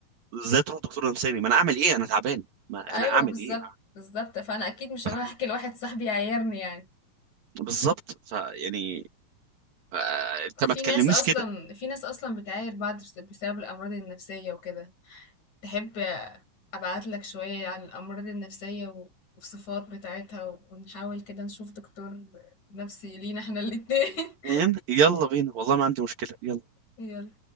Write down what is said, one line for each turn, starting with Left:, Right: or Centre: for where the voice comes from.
Right: ازاي تروح دكتور نفساني ما انا اعمل ايه انا تعبان ما
Left: ايوه
Right: انا اعمل
Left: بالظبط
Right: ايه
Left: بالظبط فانا اكيد مش هروح
Right: أنا-
Left: احكي لواحد صاحبي يعايرني يعني
Right: بالظبط فيعني آه، انت
Left: في
Right: ما تكلمنيش
Left: ناس اصلا
Right: كده
Left: في ناس اصلا بتعاير بعض بس- بسبب الامراض النفسيه وكده تحب ابعت لك شويه عن الامراض النفسيه و- والصفات بتاعتها ونحاول كده نشوف دكتور نفسي لينا احنا الاتنين
Right: فاهم؟ يلا بينا والله ما عندي مشكلة يلا
Left: <laughs> يلا